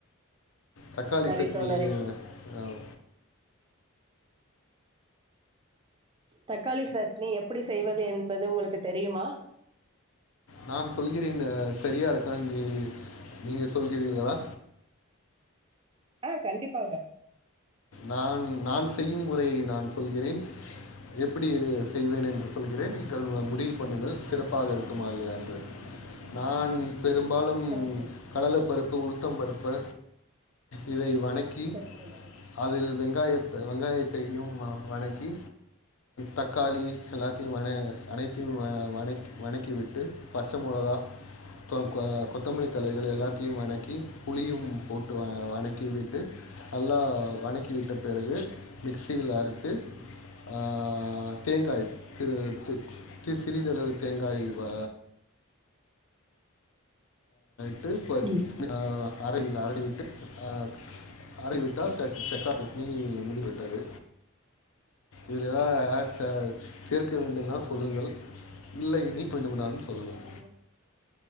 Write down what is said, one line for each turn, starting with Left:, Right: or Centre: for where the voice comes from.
Left: தக்காளி
Right: சரி
Left: சட்னி
Right: தோழரே
Left: அ
Right: தக்காளி சட்னி எப்டி செய்வது என்பது உங்களுக்கு தெரியுமா
Left: நான் சொல்கிறேன் சரியா இருக்கான்னு நீ நீங்க சொல்கிறீர்களா
Right: ஆ கண்டிப்பாக
Left: நான் நான் செய்யும் முறையை நான் சொல்கிறேன் எப்படி இது செய்வேன் என்று சொல்கிறேன் நீங்கள் முடிவு பண்ணுங்கள் சிறப்பாக இருக்குமா இல்லயா என்று நா பெரும்பாலும்
Right: சரி தோ
Left: கடல பருப்பு உளு த்தம்பருப்பு இதை வணக்கி
Right: சரி தோழரே
Left: அதில் வெங்காயத்தை வெங்காயத்தையும் வனக்கி தக்காளி எல்லாத்தையும் வன அனைத்தையும் வ வனக்கி விட்டு பச்ச மொளகா தொ க கொத்தமல்லி தழைகள் எல்லாத்தையும் வணக்கி புளியும் போட்டு வ வணக்கி விட்டு நல்லா வனக்கிவிட்ட பிறகு மிக்சியில் அறைத்து அ தேங்காய் திரு திரு சிறிதளவு தேங்காய் வ இது பத்
Right: ம்.
Left: அ அறையில் அரடி விட்டு அ அரைய விட்டால் ச தக்காளி சட்னி மூடி விட்டது இதுல ஏதாவது ஆட் சேர்க்க வேண்டும்னா சொல்லுங்கள் இல்லை நீக்க வேண்டும்னாலு சொல்லுங்கள்
Right: ஆ